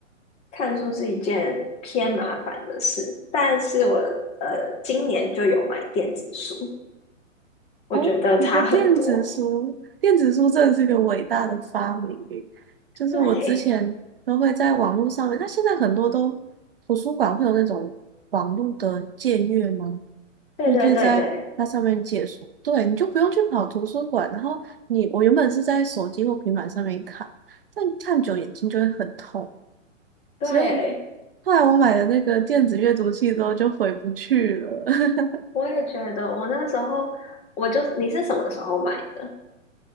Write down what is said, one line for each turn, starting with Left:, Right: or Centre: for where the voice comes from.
Left: 看书是一件偏麻烦的事。但是我呃今年就有买电子书，我觉得差很多。
Right: 哦，我觉得电子书，
Left: <laughs>
Right: 电子书真的是个伟大的发明耶就是我之前都会在网络上面，
Left: 对，
Right: 那现在很多都图书馆会有那种网络的借阅吗？
Left: 对对对对
Right: 你可以在它上面借书，对，你就不用去跑图书馆。然后你，我原本是在手机或平板上面看，但看久眼睛就会很痛，
Left: 对。
Right: 所以后来我买了那个电子阅读器之后就回不去了。<laughs>
Left: 我也觉得，我那时候我就你是什么时候买的？